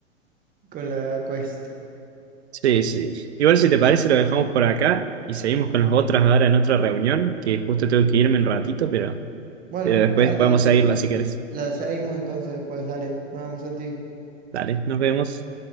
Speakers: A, on the right; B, on the right.
A: <laughs> con la quest.
B: Sí, sí. Igual si te parece lo dejamos por acá y seguimos con las otras ahora en otra reunión, que justo tengo que irme un ratito, pero,
A: Bueno,
B: pero después
A: dale,
B: podemos
A: dale.
B: seguirla si querés.
A: La seguimos entonces después, dale. Nos vemos en ti.
B: Dale, nos vemos.